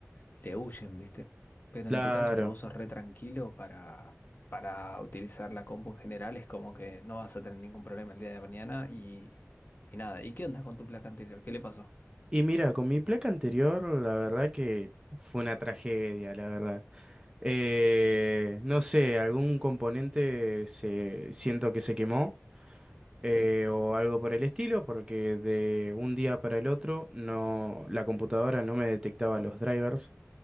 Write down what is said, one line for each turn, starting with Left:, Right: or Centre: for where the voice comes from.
Left: le huyen, ¿viste? Pero
Right: Claro.
Left: en tu caso que vos sos re tranquilo para, para utilizar la compu en general es como que no vas a tener ningún problema el día de mañana y, y nada. ¿Y qué onda con tu placa anterior? ¿Qué le pasó?
Right: Y mira, con mi placa anterior, la verdad que fue una tragedia, la verdad. Eh, no sé, algún componente se, siento que se quemó.
Left: Sí.
Right: eh, o algo por el estilo, porque de un día para el otro no, la computadora no me detectaba los drivers.